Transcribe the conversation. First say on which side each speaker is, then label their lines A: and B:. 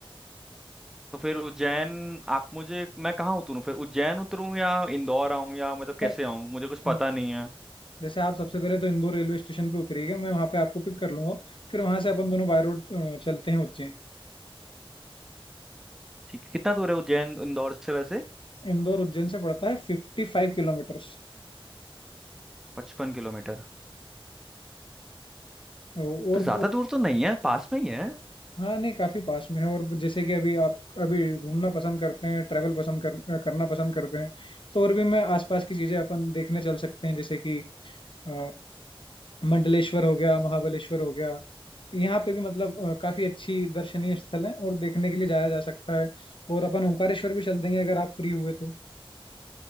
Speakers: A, in the centre; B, on the left.
A: तो फिर उज्जैन आप मुझे मैं कहाँ उतरूँ फिर उज्जैन उतरूँ या इंदौर आऊँ या मतलब कैसे
B: नहीं
A: आऊँ मुझे कुछ
B: हाँ,
A: पता नहीं है
B: जैसे आप सबसे पहले तो इंदौर रेलवे स्टेशन पे उतरिएगा मैं वहाँ पे आपको पिक कर लूंगा फिर वहां से अपन दोनों बाय रोड चलते हैं उज्जैन
A: ठीक है कितना दूर है उज्जैन इंदौर से वैसे
B: इंदौर उज्जैन से पड़ता है फिफ्टी फाइव किलोमीटर्स
A: पचपन किलोमीटर
B: और
A: तो ज्यादा दूर तो नहीं है पास में ही है
B: हाँ नहीं काफी पास में है और जैसे कि अभी आप अभी घूमना पसंद करते हैं ट्रैवल पसंद कर, करना पसंद करते हैं तो और भी मैं आसपास की चीजें अपन देखने चल सकते हैं जैसे कि अ, मंडलेश्वर हो गया महाबलेश्वर हो गया यहाँ पे भी मतलब अ, काफी अच्छी दर्शनीय स्थल है और देखने के लिए जाया जा सकता है और अपन ओंकारेश्वर भी चल देंगे अगर आप फ्री हुए तो